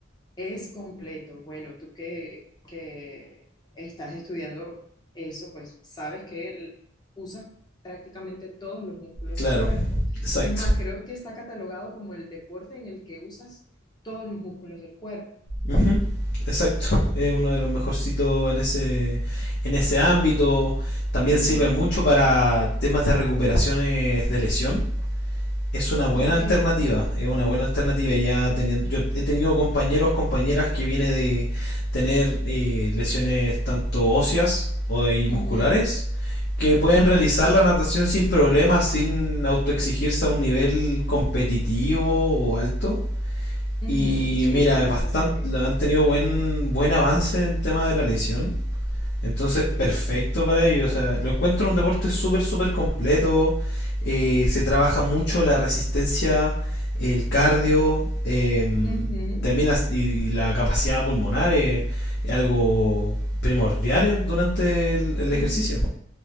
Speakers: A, on the left; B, on the left.
A: Es completo. Bueno, tú que, que estás estudiando eso, pues sabes que el- usas prácticamente todos los músculos
B: Claro,
A: del cuerpo.
B: exacto.
A: Es más, creo que está catalogado como el deporte en el que usas todos los músculos del cuerpo.
B: Ujú, Exacto, es uno de los mejorcitos en ese, en ese ámbito. También
A: Ujú,
B: sirve mucho para temas de recuperaciones de lesión. Es una buena
A: Ok.
B: alternativa, es una buena alternativa. Ya teniendo, yo he tenido compañeros, compañeras que viene de tener eh, lesiones tanto óseas o y musculares
A: Ujú,
B: que pueden
A: ujú,
B: realizar la natación sin problemas, sin autoexigirse a un nivel competitivo o alto
A: ujú.
B: Y
A: Sí,
B: mira,
A: no es
B: es
A: necesario.
B: bastante, han tenido buen, buen avance en tema de la lesión. Entonces,
A: Excelente.
B: perfecto para ellos. O sea, lo encuentro un deporte súper, súper completo. Eh, se trabaja mucho la resistencia, el cardio, eh,
A: Ujú,
B: terminas y, y, la capacidad pulmonar es, es algo primordial en, durante el, el
A: ujú.
B: ejercicio.